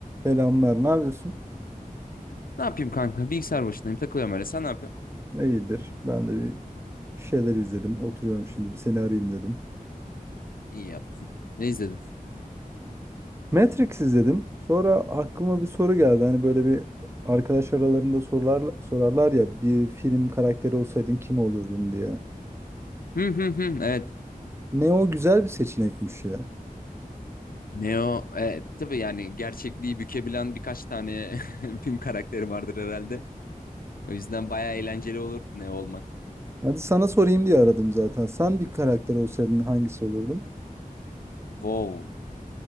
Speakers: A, on the right; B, on the left.
A: Selamlar, ne yapıyorsun?
B: Ne yapayım kanka? Bilgisayar başındayım. Takılıyorum öyle. Sen ne yapıyorsun?
A: İyidir. Ben de bir şeyler izledim. Oturuyorum şimdi bir seni arayayım dedim.
B: İyi yaptın. Ne izledin?
A: Matrix izledim. Sonra aklıma bir soru geldi. Hani böyle bir arkadaş aralarında sorular, sorarlar ya bir film karakteri olsaydın kim olurdun diye.
B: Hı hı hı. Evet.
A: Ne o güzel bir seçenekmiş ya.
B: Neo. Evet. Tabii yani gerçekliği bükebilen birkaç tane <laughs> film karakteri vardır herhalde. O yüzden bayağı eğlenceli olur Neo olmak.
A: Hadi sana sorayım diye aradım zaten. Sen bir karakter olsaydın hangisi olurdun?
B: Wow.